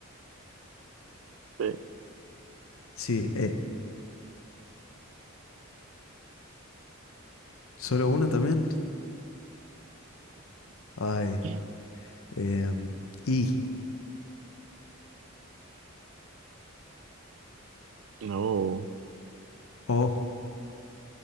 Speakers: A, on the right; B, on the left.
A: sí,
B: Sí, E. ¿Solo una también? Ay.
A: sí.
B: em, I.
A: <laughs> No,
B: O.